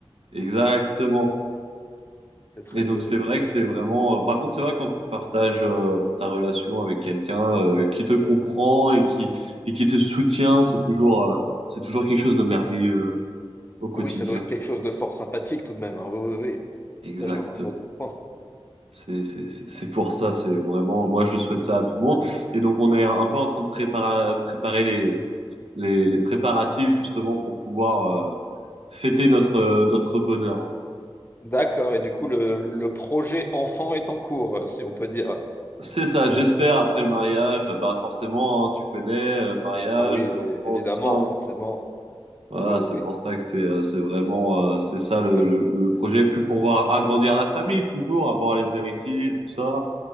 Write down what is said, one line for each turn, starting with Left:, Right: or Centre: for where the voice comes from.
Right: Exactement.
Left: C'est très
Right: Et donc
Left: beau.
Right: c'est vrai que c'est vraiment. euh, Par contre, c'est vrai quand tu partages euh, ta relation avec quelqu'un euh, qui te comprend et qui et qui te soutient, c'est toujours euh, c'est toujours quelque chose de merveilleux euh, au quotidien.
Left: Oui, ça doit être quelque chose de fort sympathique tout de même. hein. Oui, oui, oui.
Right: Exact.
Left: Ça, je n'en, je n'en doute pas
Right: C'est c'est c'est c'est pour ça. C'est vraiment. Moi, je souhaite ça à tout le monde. Et donc on est un peu en train de préparer préparer les les, les préparatifs justement pour pouvoir euh, fêter notre euh, notre bonheur.
Left: D'accord. Et du coup, le, le projet enfant est en cours, euh, si on peut dire.
Right: C'est ça, j'espère, après le mariage, bah forcément, hein, tu connais, euh, mariage,
Left: Ah oui, oui,
Right: enfant,
Left: évidemment,
Right: tout ça. hein.
Left: forcément.
Right: Voilà,
Left: Oui, oui.
Right: c'est
Left: oui.
Right: pour ça que c'est euh, c'est vraiment euh, c'est ça le,
Left: Le-
Right: le, le projet. Puis pour voir agrandir la famille, toujours avoir les héritiers, tout ça,